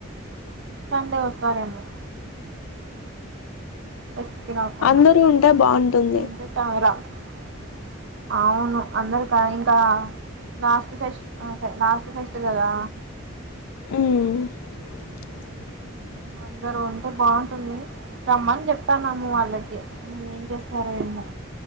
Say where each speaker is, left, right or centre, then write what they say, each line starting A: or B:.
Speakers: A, on the right; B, on the left.
A: సండే వత్తారేమో చస్కి రాకుంటమరా
B: అందరూ ఉంటే బాగుంటుంది
A: <unintelligible> అవును అందరికా ఇంకా లాస్ట్ ఫెస్ట్ నాకు ఫెస్ట్ కదా
B: ఉమ్ <inaudible>
A: అందరూ ఉంటే బాగుంటుంది. రమ్మని చెప్తాన్నాము వాళ్ళకి. ఎం చేస్తున్నారు ఏంటో